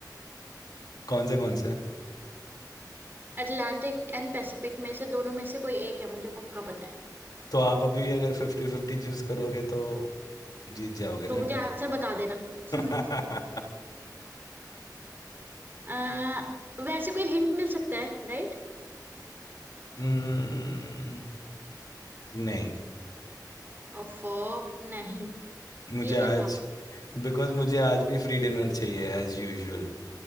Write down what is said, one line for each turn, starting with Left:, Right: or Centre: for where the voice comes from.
Left: कौन से कौन से
Right: अटलांटिक एंड पैसिफिक में से दोनों में से कोई एक है मुझे पक्का पता है
Left: तो आप अभी भी अगर फिफ्टी फिफ्टी चूज करोगे तो जीत जाओगे
Right: तो
Left: ना
Right: मुझे
Left: डायरेक्ट
Right: आंसर बता देना
Left: <laughs>
Right: <laughs> अह, वैसे कोई हिंट मिल सकता है राइट
Left: हम्म, नहीं
Right: ओफो नहीं
Left: मुझे
Right: ये क्या
Left: आज
Right: था
Left: बिकॉज मुझे आज भी फ्री डिनर चाहिए एज यूजुअल